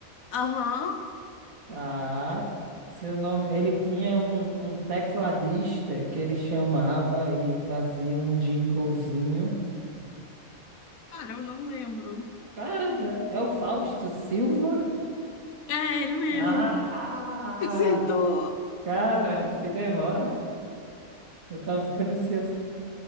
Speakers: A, on the left; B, on the right.
A: Aham.
B: Tá. Seu nome. Ele tinha um, um tecladista que ele chamava e fazia um jinglezinho.
A: Cara, eu não lembro.
B: Cara, é o Fausto Silva?
A: É, ele mesmo.
B: Ah!
A: <laughs> Acertou.
B: Cara, que demora. Eu tava ficando ansioso.